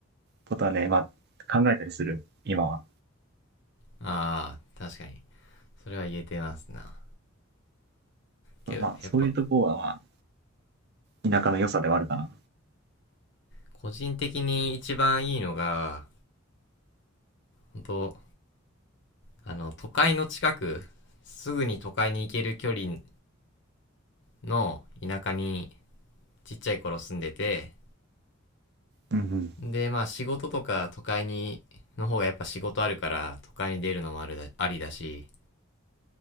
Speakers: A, on the right (about 50°); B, on the left (about 60°).
A: ことはね、まあ、考えたりする、今は。
B: ああ、確かに。それは言えてますな。けど、
A: まあ、そういうとこは、
B: やっぱ
A: まあ、田舎の良さではあるかな。
B: 個人的に一番いいのが、本当あの、都会の近く、すぐに都会に行ける距離の田舎にちっちゃい頃住んでて、
A: うんうん。
B: で、まあ仕事とか都会に、の方がやっぱ仕事あるから、都会に出るのもあるだありだし、